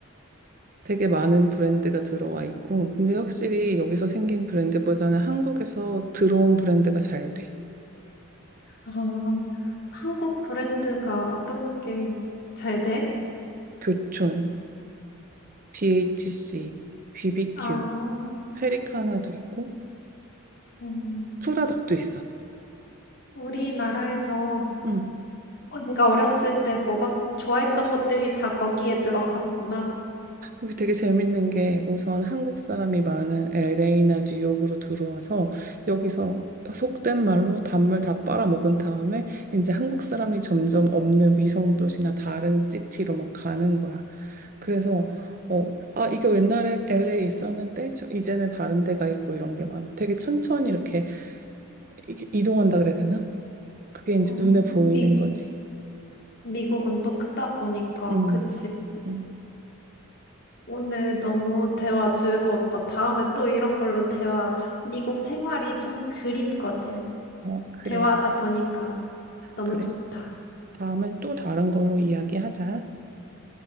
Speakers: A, on the right; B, on the left.
A: 되게 많은 브랜드가 들어와 있고, 근데 확실히 여기서 생긴 브랜드보다는 한국에서 들어온 브랜드가 잘 돼.
B: 아 한국 브랜드가 어떤 게 잘 돼?
A: 교촌, BHC, BBQ,
B: 아
A: 페리카나도 있고,
B: 음,
A: 프라닭도 있어.
B: 우리나라에서
A: 음.
B: 어, 내가 어렸을 때 먹었 좋아했던 것들이 다 거기에 들어갔구나.
A: 여기 되게 재밌는 게 우선 한국 사람이 많은 LA나 뉴욕으로 들어와서 여기서 속된 말로 단물 다 빨아먹은 다음에 이제 한국 사람이 점점 없는 위성 도시나 다른 시티로 막 가는 거야. 그래서 어, 아, 이거 옛날에 LA에 있었는데 저- 이제는 다른 데가 있고 이런 게 많아. 되게 천천히 이렇게 이- 이동한다 그래야 되나? 그게 이제
B: 어,
A: 눈에 보이는
B: 미,
A: 거지.
B: 미국은 또 크다 보니까,
A: 음,
B: 그치?
A: 음,
B: 오늘 너무 대화 즐거웠다. 다음에 또 이런 걸로 대화하자. 미국 생활이 좀 그립거든.
A: 어,
B: 대화하다
A: 그래, 아,
B: 보니까 너무
A: 그래.
B: 좋다.
A: 다음엔 또 다른 걸로 이야기하자.